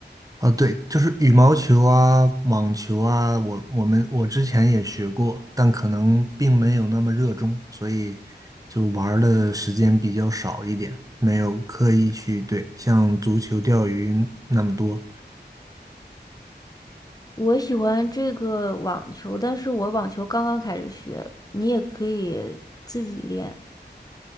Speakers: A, on the right (about 20°); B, on the left (about 20°).
A: 啊，对，就是羽毛球啊、网球啊，我我们我之前也学过，但可能并没有那么热衷，所以就玩儿的时间比较少一点，没有刻意去对像足球、钓鱼那么多。
B: 我喜欢这个网球，但是我网球刚刚开始学，你也可以自己练。